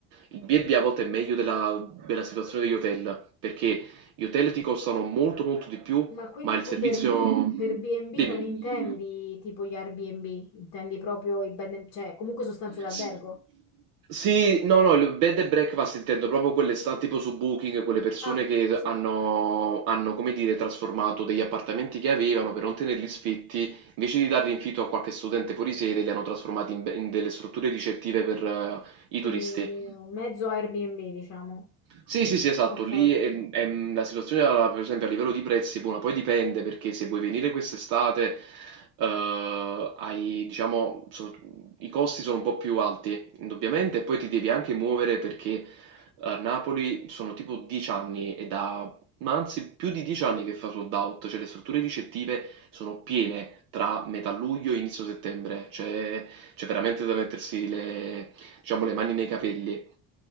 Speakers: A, on the right; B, on the left.
A: il B&B a volte è meglio della della situazione degli hotel, perché gli hotel ti costano molto molto di più
B: Ma quindi
A: ma il
B: tu
A: servizio...
B: per, per B&B
A: Dimmi.
B: non intendi tipo gli Airbnb, intendi proprio i bed and- cioè comunque sostanze d'albergo?
A: S- Sì, no, no, il bed and breakfast intendo proprio quelle sta tipo su Booking, quelle persone
B: Ah,
A: che
B: sì.
A: hanno, hanno, come dire, trasformato degli appartamenti che avevano per non tenerli sfitti, invece di darli in affitto a qualche studente fuori sede, li hanno trasformati in, be- in delle strutture ricettive per eh, i
B: Quindi
A: turisti.
B: un mezzo Airbnb, diciamo.
A: Sì, sì, sì, esatto,
B: Ok.
A: lì è- è- la situazione, alla- per esempio, a livello di prezzi, buona, poi dipende perché se vuoi venire quest'estate, eh, hai, diciamo, so- i costi sono un po' più alti, indubbiamente, e poi ti devi anche muovere perché a Napoli sono tipo 10 anni e da, ma anzi più di 10 anni che fa sold out, cioè le strutture ricettive sono piene tra metà luglio e inizio settembre, cioè c'è veramente da mettersi le diciamo, le mani nei capelli.